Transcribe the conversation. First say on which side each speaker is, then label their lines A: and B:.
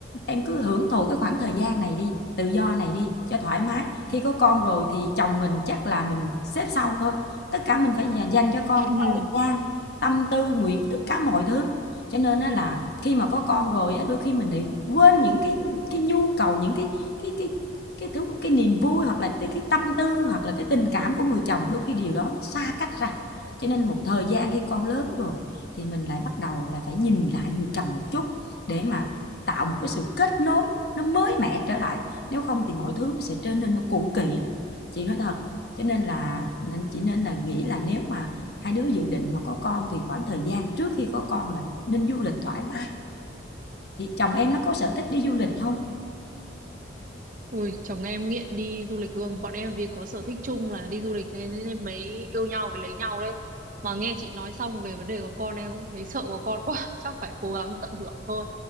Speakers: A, on the left; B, on the right.
A: em cứ hưởng thụ cái khoảng thời gian này đi tự do này đi cho thoải mái khi có con rồi thì chồng mình chắc là mình xếp sau thôi tất cả mình phải dành- cho con
B: <laughs>
A: thời gian tâm tư nguyện tất cả mọi thứ cho nên á là khi mà có con rồi á đôi khi mình lại quên những cái cái nhu cầu những cái cái cái cái thứ cái niềm vui hoặc là cái, cái tâm tư hoặc là cái tình cảm của người chồng đôi khi điều đó nó xa cách ra cho nên một thời gian khi con lớn rồi thì mình lại bắt đầu là phải nhìn lại người chồng một chút để mà tạo một cái sự kết nối nó mới mẻ trở lại nếu không thì mọi thứ nó sẽ trở nên nó cũ kỹ lắm chị nói thật cho nên là nên chỉ nên là nghĩ là nếu mà hai đứa dự định mà có con thì khoảng thời gian trước khi có con là nên du lịch thoải mái thì chồng em nó có sở thích đi du lịch không
B: Ui, chồng em nghiện đi du lịch luôn. Bọn em vì có sở thích chung là đi du lịch nên nên mới yêu nhau với lấy nhau đấy. Mà nghe chị nói xong về vấn đề có con em cũng thấy sợ có con quá. <laughs> Chắc phải cố gắng tận hưởng thôi.